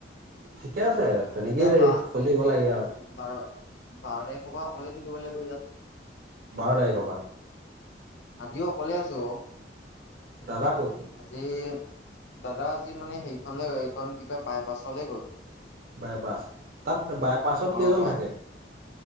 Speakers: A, on the right; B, on the left.
A: ঠিকে আছে তেনেকেই
B: এতিয়া
A: দ
B: বা
A: চলিব লাগে আৰু
B: বাৰ বাৰ তাৰিখৰ পৰা অকলেই থাকিব লাগিব ইয়াত।
A: বাৰ তাৰিখৰ পৰা।
B: আজিও অকলে আছো।
A: দাদা ক'ত?
B: আজি দাদা আজি মানে হেৰিখনলে গ'ল এইখন কি কয় বাইপাছলৈ গ'ল।
A: বাইপাছ তাত বাইপাছত
B: অ
A: কেইজন
B: বাই
A: থাকে?